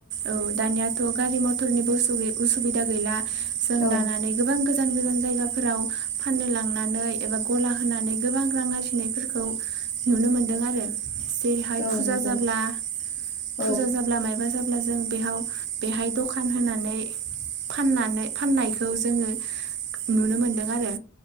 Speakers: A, on the right (about 60°); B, on the left (about 85°).
A: औ दानियाथ' गारि मथरनिबो उसुगि उसुबिदा गैला जों
B: औ
A: दानानै गोबां गोजान गोजान जायगाफोराव फाननो लांनानै एबा गला होनानै गोबां रां आरजिनायफोरखौ नु दों आरो जेरैहाय
B: औ
A: फुजा
B: नंगौ
A: जाब्ला
B: औ
A: फुजा जाब्ला मायबा जाब ब्ला जों बेहाव बेहाय दखान होनानै फाननानै फाननायखौ जोङो नुनो मोनदों आरो।